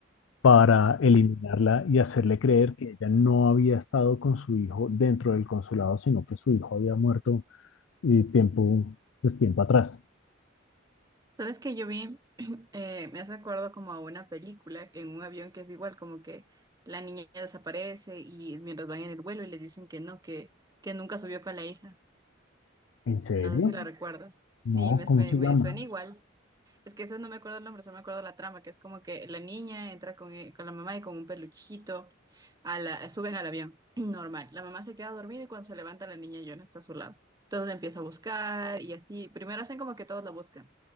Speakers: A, on the left; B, on the right.
A: para eliminarla y hacerle creer que ella no había estado con su hijo dentro del consulado, sino que su hijo había muerto eh, tiempo, pues tiempo atrás.
B: ¿Sabes que Yo vi, <clears throat> eh, me hace acuerdo como a una película en un avión que es igual, como que la niña desaparece y mientras van en el vuelo y les dicen que no, que, que nunca subió con la hija.
A: ¿En serio?
B: No sé si la recuerdas.
A: No,
B: Sí, me,
A: ¿cómo
B: me,
A: se
B: me
A: llama?
B: suena igual. Es que eso no me acuerdo el nombre, solo me acuerdo la trama, que es como que la niña entra con, e- con la mamá y con un peluchito, a la, suben al avión, <clears throat> normal. La mamá se queda dormida y cuando se levanta la niña ya no está a su lado. Entonces la empieza a buscar y así. Primero hacen como que todos la buscan